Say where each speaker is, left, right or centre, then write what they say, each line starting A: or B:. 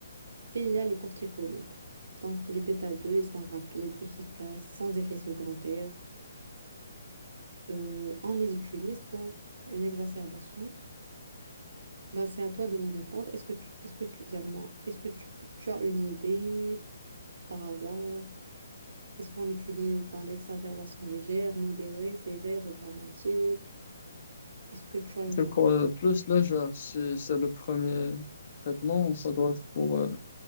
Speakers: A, on the right; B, on the left.
A: Et il y a les corticoïdes. Donc les bêta-2, ils sont rapides, efficaces, sans effet secondaire. Euh, on les utilise pour une exacerbation. Bah, c'est à toi de me répondre. Est-ce que tu, est-ce que tu, Zalma, est-ce que tu, tu as une idée par hasard? Est-ce qu'on l'utilise dans l'exacerbation légère, modérée, sévère ou dramatique? Est-ce que tu as une
B: Je crois
A: idée?
B: euh, plus légère, si c'est le premier traitement, ça doit être pour euh,